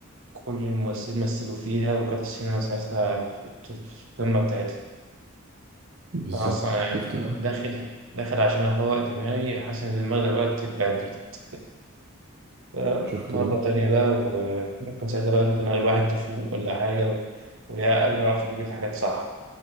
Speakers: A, on the right; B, on the right.
A: كل الممثلين مثلوا فيها وكانت السينما ساعتها في الت- في القمة بتاعتها
B: بالظبط
A: أنا أصلا يعني
B: شفت بقى؟
A: داخل داخل عشان أفوق دماغي حاسس إن دماغي دلوقتي اتبهدلت <laughs>
B: شفت
A: مرة
B: بقى؟
A: تانية بقى و- ويكون ساعتها بقى دماغ الواحد تفوق ولا حاجة و- ويا قلبه يعرف يجيب الحاجات صح.